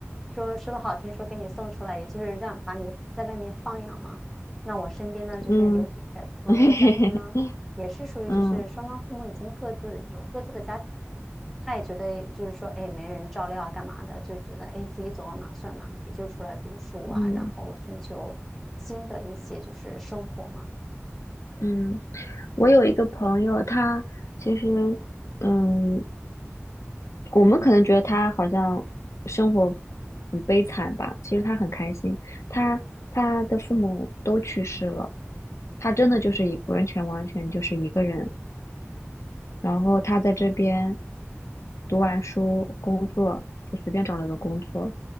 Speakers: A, in the centre; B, on the left (about 75°).
A: 说说的好听，说给你送出来，也就是让把你在外面放养嘛。那我身边呢，就是有一些朋友的家庭啊，
B: 嗯 <laughs>
A: 也是属于就是双方父母已经各自有各自的家庭，
B: 嗯
A: 他也觉得就是说，哎，没人照料啊，干嘛的，就觉得哎自己走到哪算哪，也就出来读书啊，
B: 嗯
A: 然后寻求新的一些就是生活嘛。
B: 嗯，我有一个朋友，他其实嗯，我们可能觉得他好像生活很悲惨吧，其实他很开心。他他的父母都去世了，他真的就是一完全完全就是一个人。然后他在这边读完书工作，就随便找了个工作，